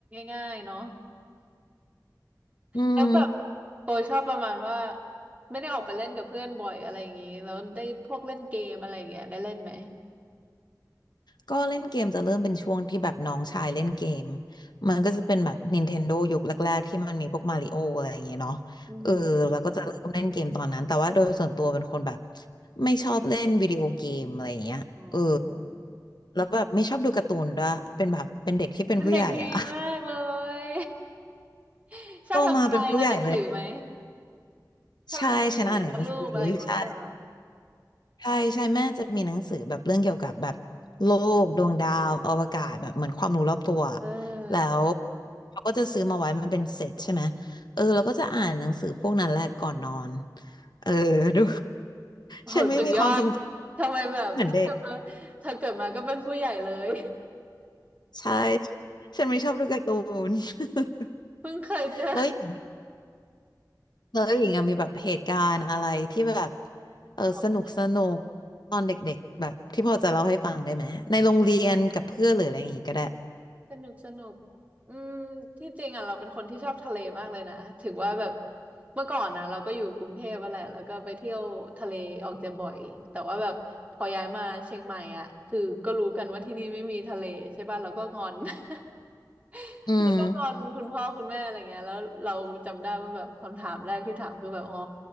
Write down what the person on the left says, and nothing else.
อืม
ก็เล่นเกมจะเริ่มเป็นช่วงที่แบบน้องชายเล่นเกมมันก็จะเป็นแบบ Nintendo ยุคแรกๆที่มันมีพวกมาริโออะไรอย่างเงี้ยเนาะเออแล้วก็จะเริ่มเล่นเกมตอนนั้นแต่ว่าโดยส่วนตัวเป็นคนแบบ
ไม่ชอบเล่นวิดีโอเกมอะไรอย่างเงี้ยเออ
แล้วแบบไม่ชอบดูการ์ตูนด้วยเป็นแบบเป็นเด็กที่เป็นผู้ใหญ่อะ
<laughs>
โตมาเป็นผู้ใหญ่เลย
ใช่ฉันอ่านหนังสือใช่ ใช่ใช่แม่จะมีหนังสือแบบเรื่องเกี่ยวกับแบบโลกดวงดาวอวกาศแบบเหมือนความรู้รอบตัว
แล้วเขาก็จะซื้อมาไว้มันเป็นเซตใช่ไหมเออเราก็จะอ่านหนังสือพวกนั้นแหละก่อนนอนเออดู
<laughs> ฉันไม่มีความทรงจ
ำเหมือนเด็ก
ใช่ฉันไม่ชอบดูการ์ตูน <laughs>
แล้วอย่างแล้วอย่างอะมีแบบเหตุการณ์อะไรที่แบบเออสนุกสนุก
ตอนเด็กๆแบบที่พอจะเล่าให้ฟังได้ไหมในโรงเรียนกับเพื่อนหรืออะไรอย่างงี้ก็ได้
อืม